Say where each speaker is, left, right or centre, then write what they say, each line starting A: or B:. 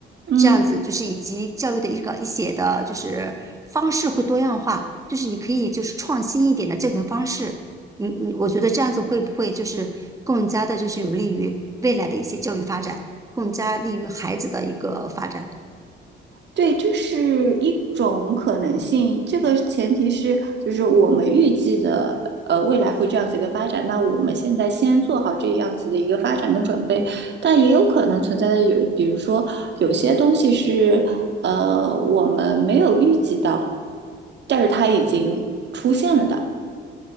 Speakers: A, on the right; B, on the right.
A: 嗯。
B: 这样子就是以及教育的一个一些的，就是方式会多样化，就是你可以就是创新一点的教学方式。嗯嗯，我觉得这样子会不会就是更加的，就是有利于未来的一些教育发展？更加利于孩子的一个发展。
A: 对，这是一种可能性。这个前提是，就是我们预计的，呃，未来会这样子一个发展。那我们现在先做好这样子的一个发展的准备，但也有可能存在的有，比如说有些东西是，呃，我们没有预计到，但是它已经出现了的。